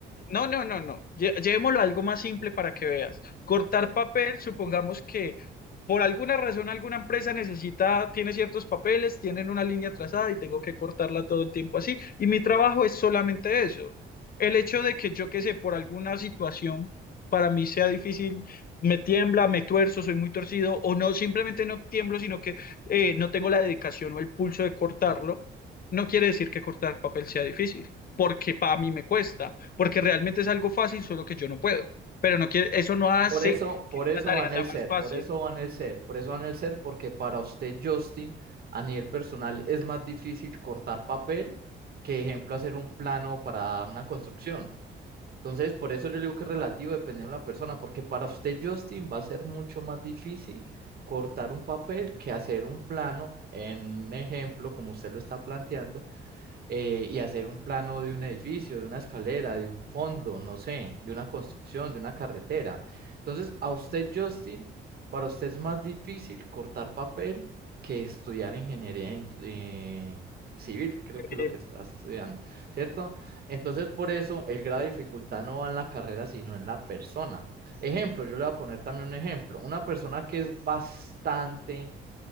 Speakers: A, on the left (about 50°); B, on the right (about 50°).
A: No, no, no, no. Lle- Llevémoslo a algo más simple para que veas. Cortar
B: Ok.
A: papel, supongamos que por alguna razón alguna empresa necesita, tiene ciertos papeles, tienen una línea trazada y tengo que cortarla todo el tiempo así. Y mi trabajo es solamente eso. El hecho de que yo, qué sé, por alguna situación para mí sea difícil, me tiembla, me tuerzo, soy muy torcido, o no, simplemente no tiemblo, sino que eh, no tengo la dedicación o el pulso de cortarlo, no quiere decir que cortar papel sea difícil, porque para mí me cuesta porque realmente es algo fácil, solo que yo no puedo. Pero no quiere, eso no hace
B: Por eso, por
A: que
B: eso
A: la tarea
B: van
A: sea
B: el
A: más
B: ser,
A: fácil.
B: por eso van el ser, por eso van el ser, porque para usted, Justin, a nivel personal es más difícil cortar papel que, ejemplo, hacer un plano para una construcción. Entonces, por eso yo le digo que es relativo dependiendo de la persona, porque para usted, Justin, va a ser mucho más difícil cortar un papel que hacer un plano, en un ejemplo, como usted lo está planteando, eh, y hacer un plano de un edificio, de una escalera, de un fondo, no sé, de una construcción, de una carretera. Entonces, a usted, Justin, para usted es más difícil cortar papel que estudiar ingeniería indu- eh, civil, creo
A: Eh,
B: que es lo que está estudiando, ¿cierto? Entonces, por eso el grado de dificultad no va en la carrera, sino en la persona. Ejemplo, yo le voy a poner también un ejemplo. Una persona que es bastante,